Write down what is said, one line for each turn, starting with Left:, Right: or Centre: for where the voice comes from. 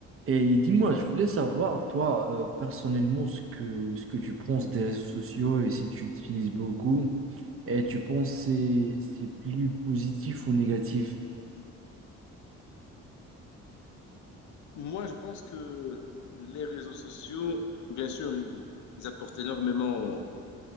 Right: Et dis-moi, je voulais savoir, toi, euh, personnellement, ce que, ce que tu penses des réseaux sociaux et si tu utilises beaucoup. Et tu penses que c'est c'est plus positif ou négatif?
Left: Moi, je pense que les réseaux sociaux, bien sûr, ils, ils apportent énormément